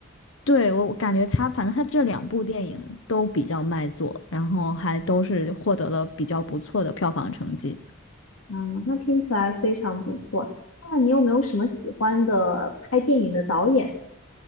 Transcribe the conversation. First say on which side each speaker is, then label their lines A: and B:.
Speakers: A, on the left; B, on the left.
A: 对，我感觉他反正他这两部电影都比较卖座，然后还都是获得了比较不错的票房成绩。
B: 嗯，那听起来非常不错。那你有没有什么喜欢的拍电影的导演？